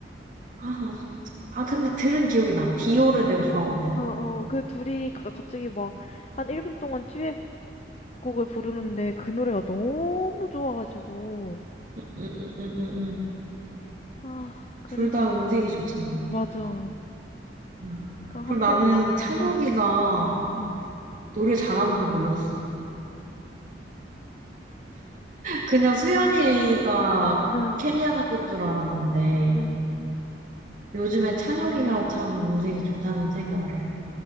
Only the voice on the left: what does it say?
어,
어, 어, 그 둘이 가- 갑자기 막, 한 1분 동안 듀엣곡을 부르는데, 그 노래가 너무 좋아가지고.
아, 그래서,
맞아.
그 한동안
계속
듣고. 응
응
응 응